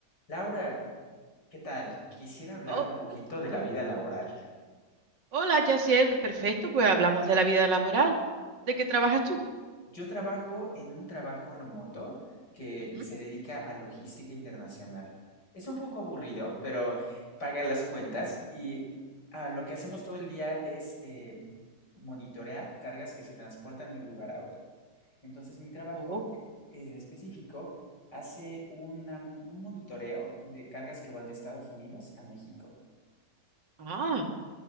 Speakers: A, on the left (about 70°); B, on the right (about 85°).
A: Laura, ¿qué tal? Quisiera hablar
B: Oh,
A: un poquito de la vida laboral.
B: hola, Yaciel, perfecto, pues hablamos de la vida laboral. ¿De qué trabajas tú?
A: Yo trabajo en un trabajo remoto que
B: Ujú.
A: se dedica a logística internacional. Es un poco aburrido, pero paga las cuentas y ah, lo que hacemos todo el día es eh, monitorear cargas que se transportan de un lugar a otro. Entonces, mi trabajo
B: Oh,
A: eh, en específico hace una un monitoreo de cargas que van de Estados Unidos a México.
B: ah,